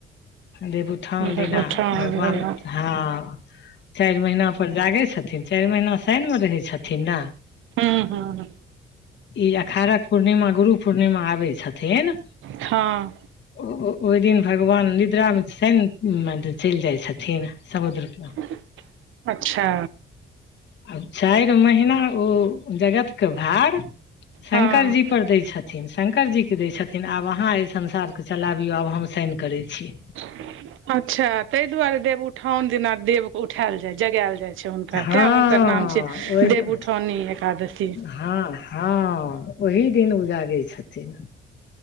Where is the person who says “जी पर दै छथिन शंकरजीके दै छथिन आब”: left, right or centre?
Left